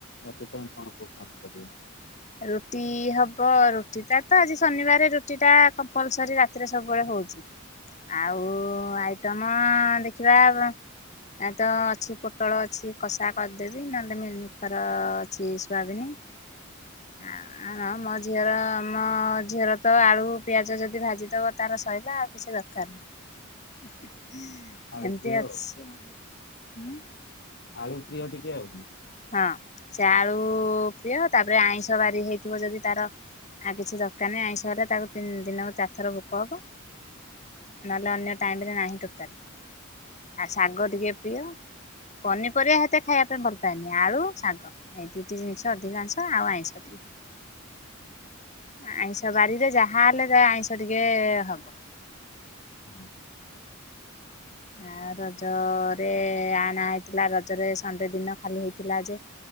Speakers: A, on the left; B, on the left.
A: ଆ ସେଥିପାଇଁ କଣ କୋ କାମ କରିବ।
B: ହ <inaudible> ରୁଟି ହବ। ରୁଟିଟା ତ ଆଜି ଶନିବାର ରୁଟିଟା କମ୍ପଲସରି ରାତିରେ ସବୁବେଳେ ହଉଛି। ଆଉ ଆଇଟମ ଦେଖିବା ବ ଏ ତ ଅଛି ପୋଟଳ ଅଛି କଷା କରିଦେବି। ନହେଲେ ମିଲମିକର ଅଛି ଶୁଆବିନି। ହଁ। ଆ ମୋ ଝିଅର ମୋ ଝିଅର ତ ଆଳୁ ପିଆଜ ଯଦି ଭାଜିଦବ ତାର ସଇଲା ଆଉ କିଛି ଦରକାର ନାହିଁ <inaudible>
A: ଆଳୁ
B: ଏମିତି
A: ପ୍ରିୟ ଆଉ
B: ଅଛି। ଉଁ
A: ଆଳୁ ପ୍ରିୟ ଟିକେ ଆଉ।
B: ହଁ ସେ ଆଳୁ ପ୍ରିୟ। ତାପରେ ଆଇଁଷ ବାରି ହେଇଥିବ ଯଦି ତାର ଆଉ କିଛି ଦରକାର ନାହିଁ। ଆଇଁଷ ହେଲେ ତାକୁ ତିନି ଦିନକୁ ଚାରିଥର ଭୋକ ହବ। ନହେଲେ ଅନ୍ୟ ଟାଇମରେ ନାହିଁ ଟୋଟାଲ। ଆ ଶାଗ ଟିକେ ପ୍ରିୟ। ପନିପରିବା ହେତେ ଖାଇବା ପାଇଁ ଭଲପ ଏନି ଆଳୁ ଶାଗ ଏଇ ଦିଟି ଜିନିଷ ଅଧିକାଂଶ ଆଉ ଆଇଷ ଟିକେ। ଆଇଁଷ ବାରିରେ ଯାହା ହେଲେ ତା ଆଇଁଷ ଟିକେ ହବ।
A: ହୁଁ।
B: ଆ ରଜରେ ଆଣା ହେଇଥିଲା ରଜରେ ସଣ୍ଡେ ଦିନ ଖାଲି ହେଇଥିଲା ଯେ